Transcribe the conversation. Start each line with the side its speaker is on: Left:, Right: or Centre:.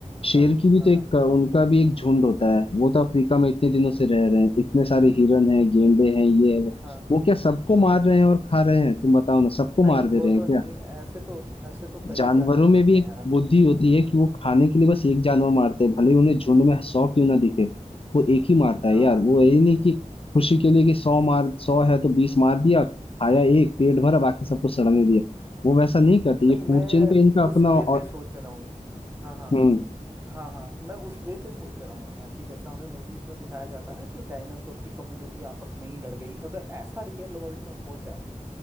Left: शेर
Right: हाँ
Left: की भी
Right: हाँ
Left: तो एक
Right: हाँ
Left: उनका भी एक झुंड होता है वो तो अफ्रीका में इतने दिनों से रह रहे हैं इतने सारे हिरन हैं गेंडे हैं ये है वो
Right: हाँ
Left: वो क्या सबको मार
Right: हाँ हाँ।
Left: रहे हैं और खा रहे हैं तुम बताओ ना सबको
Right: नहीं
Left: मार दे
Right: वो
Left: रहे हैं
Right: तो
Left: क्या
Right: नहीं ऐसे तो ऐसे तो कई
Left: जानवरों
Right: जानवर
Left: में भी
Right: हैं
Left: एक
Right: यार
Left: बुद्धि होती है कि वो खाने के लिए बस एक जानवर मारते हैं भले ही उन्हें झुंड में सौ क्यों ना दिखे वो एक ही मारता है
Right: हाँ
Left: यार
Right: हाँ
Left: वो ये नहीं कि खुशी के लिए कि सौ मार सौ है तो बीस मार दिया खाया एक पेट भरा बाकी सबको सड़ने दिया वो वैसा नहीं करते
Right: नहीं
Left: ये
Right: मैं
Left: फूड चेन का इनका अपना
Right: उस वे
Left: और
Right: पे सोच रहा हूँ हाँ हाँ
Left: हम्म
Right: हाँ हाँ मैं उस वे पे सोच रहा हूँ यार कि जैसा हमें मूवीज में दिखाया जाता है ना कि डायनासोर की कम्युनिटी आपस में ही लड़ गई अगर ऐसा रियल वर्ल्ड में हो जाए